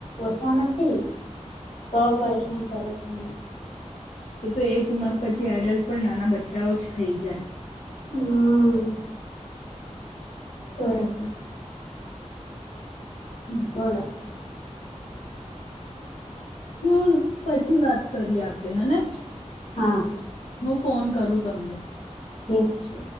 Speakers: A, on the left; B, on the left.
A: ઓછા નથી. બવ પરેશાન કરે છે મને.
B: એ તો એક ઉંમર પછી એડલ્ટ પણ નાના બચ્ચાઓ જ થઈ જાય.
A: હમ્મ. તોરે છે. હમ્મ, બોલો.
B: ચલો પછી વાત કરીએ આપડે, હને?
A: હા.
B: હું ફોન કરું તમને.
A: ઠીક છે.